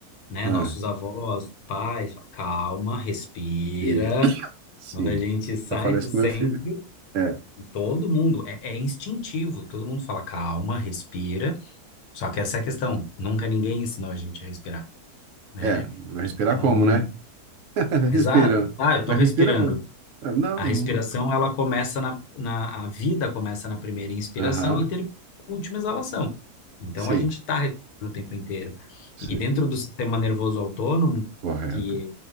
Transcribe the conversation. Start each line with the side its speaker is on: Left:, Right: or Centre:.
Left: né?
Right: ah,
Left: Nossos avós, pais, fala, calma, respira.
Right: e, sim,
Left: Quando a gente sai
Right: eu falei
Left: do
Right: isso
Left: centro,
Right: com meu filho. É,
Left: todo mundo, é, é instintivo, todo mundo fala, calma, respira. Só que essa é a questão, nunca ninguém ensinou a gente a respirar, né?
Right: é, respirar
Left: Então,
Right: como, né? <laughs> Respira.
Left: Exato. Ah, eu estou
Right: Mas
Left: respirando.
Right: respira com. Ah, Não,
Left: A
Right: não.
Left: respiração, ela começa na, na, a vida começa na primeira inspiração
Right: Aham.
Left: e termina na última exalação. Então,
Right: Sim,
Left: a gente está respirando o tempo inteiro.
Right: sim.
Left: E dentro do sistema nervoso autônomo,
Right: Correto.
Left: que,